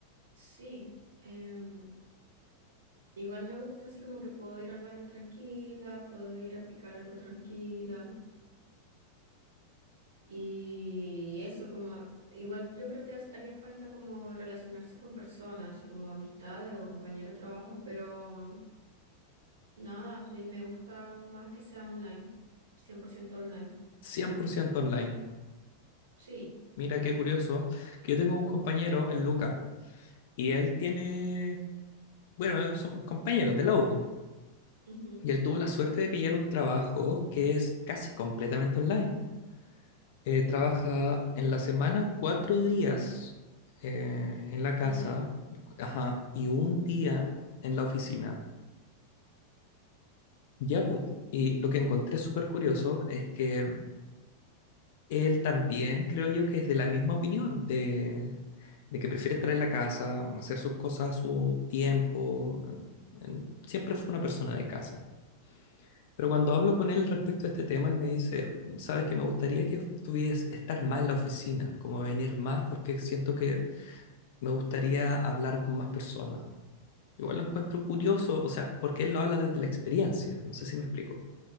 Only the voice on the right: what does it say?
sí. em, Igual me gusta así como que puedo ir al baño tranquila, puedo ir a picar algo tranquila y eso como igual yo creo que has- haría falta como relacionarse con personas, así como amistades o compañeros de trabajo, pero nada, yo me gusta más que sea online, 100% online.
Sí,
ujú,
Online.